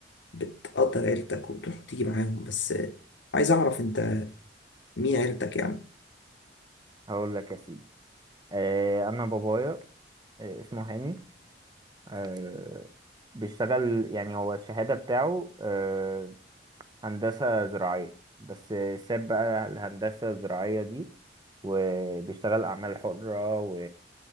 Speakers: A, on the left (about 80°); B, on the right (about 25°).
A: بتقدر عيلتك وتروح وتيجي معاهم بس آه، عايز اعرف انت مين عيلتك يعني
B: هقول لك يا سيدي آه انا بابايا آه اسمه هاني آه بيشتغل يعني هو الشهاده بتاعه آه هندسه زراعيه بس ساب بقى الهندسه الزراعيه دي وبيشتغل اعمال حره و...